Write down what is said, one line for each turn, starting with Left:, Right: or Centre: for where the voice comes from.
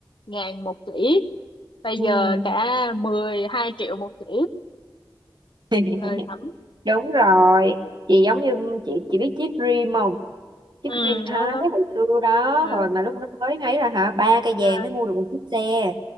Left: ngàn một chỉ bây
Right: Ừ.
Left: giờ cả 12 triệu một chỉ
Right: <laughs>
Left: lời thẩm
Right: đúng rồi chị giống như chị chị biết chip dream không chiếc
Left: ừ
Right: Green Thái
Left: đó
Right: hồi xưa đó
Left: ừ.
Right: hồi mà lúc nó mới ấy là hả ba cây
Left: ờ,
Right: vàng mới mua được một chiếc xe